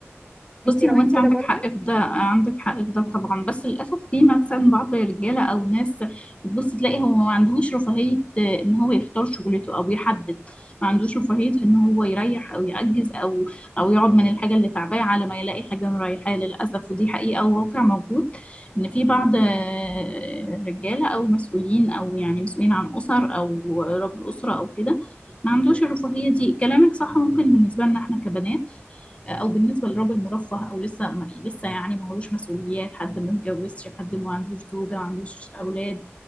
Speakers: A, on the left; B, in the centre.
A: بصي
B: انتي رأيك
A: هو انت
B: كده
A: عندك
B: برضو
A: حق في ده عندك حق في ده طبعا بس للاسف في مثلا بعض الرجاله او ناس بتبص تلاقي هو ما عندهوش رفاهيه آه، ان هو يختار شغلته او يحدد ما عندوش رفاهيه ان هو يريح او يعجز او او يقعد من الحاجه اللي تعباه على ما يلاقي حاجه مريحاه للاسف ودي حقيقه وواقع موجود ان في بعض آه، رجاله او مسؤولين او يعني مسؤولين عن اسر او رب اسره او كده ما عندوش
B: مم.
A: الرفاهيه دي كلامك صح ممكن بالنسبه لنا احنا كبنات او بالنسبه لراجل مرفه او لسه ما لسه يعني ما هوش مسؤوليات حد ما اتجوزش حد ما عندوش زوجه ما عندوش اولاد